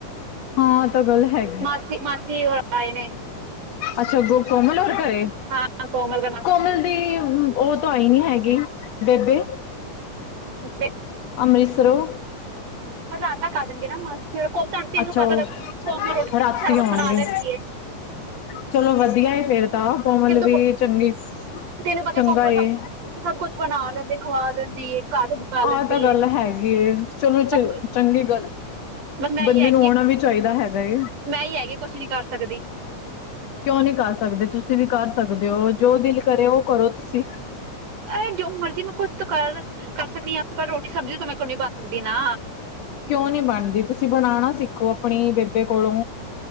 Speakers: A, on the left (about 60°); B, on the right (about 80°).
A: ਹਾਂ ਤਾਂ ਗੱਲ ਹੈਗੀ
B: ਮਾਸੀ-ਮਾਸੀ-ਮਾਸੀ ਹੋਰ ਆਏ ਨੇ,
A: ਅੱਛਾ ਕੋਮਲ ਹੋਰ ਘਰੇ,
B: ਹਾਂ ਕੋਮਲ ਦਾ ਮਾਸੀ
A: ਕੋਮਲ ਦੀ ਉਹ ਤਾਂ ਆਈ ਨੀ ਹੈਗੀ ਬੇਬੇ,
B: <unintelligible>
A: ਅੰਮ੍ਰਿਤਸਰੋਂ
B: ਰਾਤ ਤੱਕ ਆ ਜਾਣਗੇ ਨਾ, ਮਾਸੀ ਤੈਨੂੰ
A: ਅੱਛਾ
B: ਪਤਾ
A: ਉਹ
B: ਕੋਮਲ ਰੋਟੀ
A: ਰਾਤੀ
B: ਸਬੀ ਸਾਰਾ ਕੁਛ
A: ਆਉਣਗੇ
B: ਬਣਾ ਲੈਂਦੀ ਏ ਹ <unintelligible>
A: ਚਲੋ ਵਧੀਆ ਏ ਫੇਰ ਤਾਂ ਕੋਮਲ ਵੀ,
B: ਪ-
A: ਚੰਗੀ,
B: ਤੈਨੂੰ ਪਤਾ
A: ਚੰਗਾ
B: ਕੋਮਲ
A: ਏ,
B: ਸਭ ਸਭ ਕੁਛ ਬਣਾ ਲੈਂਦੇ, ਖਵਾ ਦਿੰਦੀ ਏ ਘਰ, ਸੰਭਾਲ ਲੈਂਦੀ
A: ਆਹ ਤਾਂ ਗੱਲ
B: ਏ
A: ਹੈਗੀ ਹੈ, ਚਲੋ ਚ,
B: ਬਸ
A: ਚੰਗੀ ਗੱਲ
B: ਬਸ ਮੈਂ
A: ਬੰਦੇ
B: ਹੀ ਹੈਗੀ
A: ਨੂੰ ਆਉਣਾ
B: ਹਾਂ,
A: ਵੀ ਚਾਹੀਦਾ ਹੈਗਾ ਏ।
B: ਮੈਂ ਹੀ ਹੈਗੀ ਕੁਝ ਨਹੀਂ ਕਰ ਸਕਦੀ
A: ਕਿਉਂ ਨਹੀਂ ਕਰ ਸਕਦੇ, ਤੁਸੀਂ ਵੀ ਕਰ ਸਕਦੇ ਹੋ, ਜੋ ਦਿਲ ਕਰੇ, ਉਹ ਕਰੋ ਤੁਸੀਂ।
B: ਇਹ ਜੋ ਮਰਜ਼ੀ ਮੈਂ ਕੁਛ ਕਰ, ਕਰ ਸਕਦੀ ਹਾਂ ਪਰ ਰੋਟੀ ਸਬਜ਼ੀ ਤਾਂ ਮੈਂ ਕੋਲ ਨੀ ਬਣਦੀ ਨਾ।
A: ਕਿਉਂ ਨੀ ਬਣਦੀ, ਤੁਸੀਂ ਬਣਾਉਣਾ ਸਿੱਖੋ ਆਪਣੀ ਬੇਬੇ ਕੋਲੋਂ